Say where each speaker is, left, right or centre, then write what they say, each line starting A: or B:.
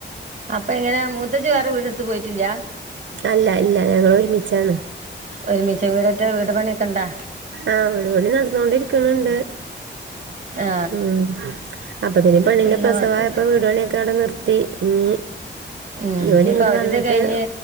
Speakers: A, on the right (about 40°); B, on the right (about 75°).
A: അപ്പൊ എങ്ങനെ മൂത്തച്ഛി വേറെ വീടെടുത്ത് പോയിട്ടില്ല
B: അല്ല ല്ല ഞങ്ങൾ ഒരുമിച്ചാണ്.
A: ഒരുമിച്ച് വീടറ്റോ വീട് പണിയക്കണ്ടാ?
B: ആഹ്, വീട് പണി നടന്നൊണ്ടിരിക്ണ് ണ്ട്
A: ആ
B: ഉം. അപ്പത്തിന് പെണ്ണിന്റ
A: പിന്നെ
B: പ്രസവായപ്പ
A: കുഴപ്പമില്ല
B: വീട് പണിയൊക്കെ അവടെ നിർത്തി. ഇനി
A: ഉം
B: ഓല്
A: ഇനിപ്പ
B: ഇങ്ങോട്ട്
A: അവരിത്
B: വന്നിട്ട്
A: കഴിഞ്ഞ്